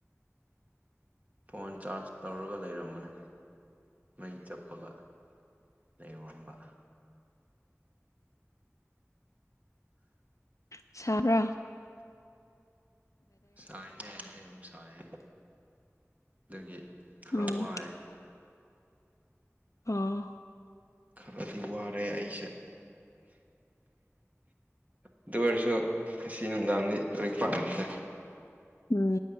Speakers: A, on the right; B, on the left.
A: ꯐꯣꯟ ꯆꯥꯔꯖ ꯇꯧꯔꯒ ꯂꯩꯔꯝꯕꯅꯦ ꯃꯩ ꯆꯞꯄꯒ ꯂꯩꯔꯝꯕ
B: ꯁꯥꯔ
A: ꯁꯥꯏꯅꯦ ꯌꯥꯝ ꯁꯥꯏ ꯑꯗꯒꯤ ꯈꯔ
B: ꯎꯝ
A: ꯋꯥꯑꯦ
B: ꯑꯣ
A: ꯈꯔꯗꯤ ꯋꯥꯔꯦ ꯑꯩꯁꯦ ꯑꯗꯨ ꯑꯣꯏꯔꯁꯨ ꯉꯁꯤ ꯅꯨꯡꯗꯥꯡꯗꯤ ꯂꯣꯏ ꯄꯥꯛꯉꯅꯤꯗ
B: ꯎꯝ